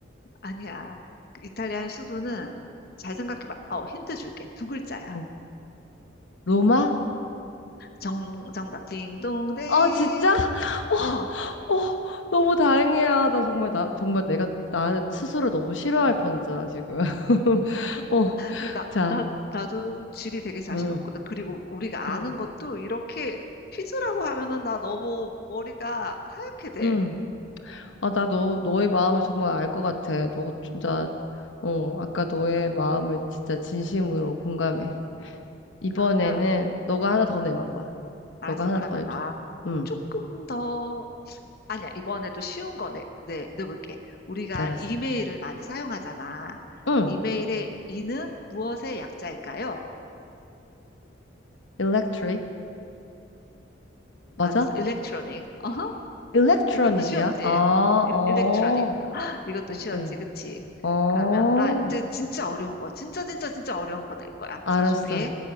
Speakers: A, on the left; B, on the left.
A: 아니야. 그 이탈리아의 수도는 잘 생각해봐. 어, 힌트 줄게. 두 글자야.
B: 어. 로마?
A: 정, 정답. 딩동댕.
B: 아, 진짜? 어,
A: 어.
B: 어, 너무 다행이야. 나 정말, 나, 정말 내가, 나 스스로 너무 싫어할 뻔했잖아, 지금. <laughs> 어,
A: 근데 나,
B: 자,
A: 나, 나도 지리 되게 자신
B: 응,
A: 없거든. 그리고 우리가
B: 응,
A: 아는 것도 이렇게 퀴즈라고 하면은 나 너무 머리가 하얗게 돼.
B: 응. 아, 나 너, 너의 마음을 정말 알 것 같아. 너 진짜, 어, 아까 너의 마음을 진짜 진심으로 공감해. 이번에는
A: 그러면,
B: 너가 하나
A: 응,
B: 더 내봐봐.
A: 알았어.
B: 너가 하나
A: 그러면
B: 더 해줘.
A: 나
B: 응,
A: 조금 더, 아니야. 이번에도 쉬운 거 내, 내, 내볼게. 우리가
B: 알았어.
A: 이메일을 많이 사용하잖아.
B: 응,
A: 이메일의 이는 무엇의 약자일까요?
B: electric.
A: 맞았어.
B: 맞아?
A: 일렉트로닉. 어허?
B: electronic이야?
A: 이것도 쉬웠지?
B: 아, 어,
A: 일렉트로닉. 이것도
B: 오케이.
A: 쉬웠지, 그치?
B: 어,
A: 그러면, 나 이제 진짜 어려운 거. 진짜, 진짜, 진짜 어려운 거 낼 거야.
B: 알았어.
A: 자, 준비해.